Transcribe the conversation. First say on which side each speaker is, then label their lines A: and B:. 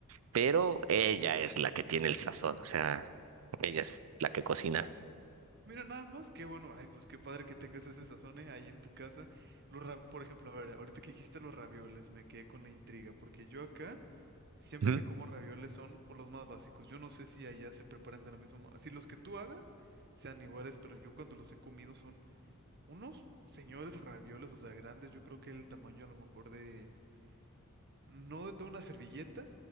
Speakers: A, on the right (about 70°); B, on the right (about 50°).
A: pero ella es la que tiene el sazón, o sea, ella es la que cocina.
B: Mira nada más, qué bueno. Ay, pues qué padre que tengas ese sazón eh, ahí en tu casa. Los ra- Por ejemplo, a ver, ahorita que dijiste los ravioles, me quedé con la intriga, porque yo acá, siempre
A: Ujú.
B: que como ravioles son por los más básicos. Yo no sé si allá se preparan de la misma manera. Si los que tú hagas sean iguales, pero yo cuando los he comido son unos señores ravioles, o sea, grandes. Yo creo que el tamaño a lo mejor de no de toda una servilleta,